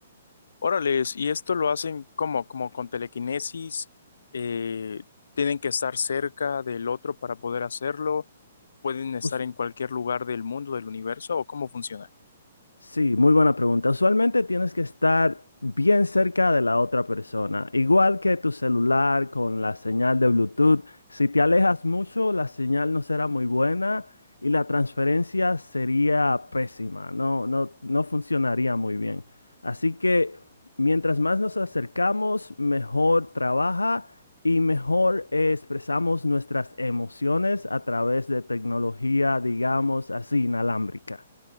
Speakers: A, on the left; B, on the left.
A: Órales, y esto lo hacen como, como con telequinesis, eh, tienen que estar cerca del otro para poder hacerlo, pueden estar
B: Us-
A: en cualquier lugar del mundo, del universo, ¿o cómo funciona?
B: Sí, muy buena pregunta. Usualmente tienes que estar bien cerca de la otra persona. Igual que tu celular con la señal de Bluetooth, si te alejas mucho, la señal no será muy buena y la transferencia sería pésima. No, no, no funcionaría muy bien. Así que mientras más nos acercamos, mejor trabaja y mejor eh, expresamos nuestras emociones a través de tecnología, digamos así, inalámbrica.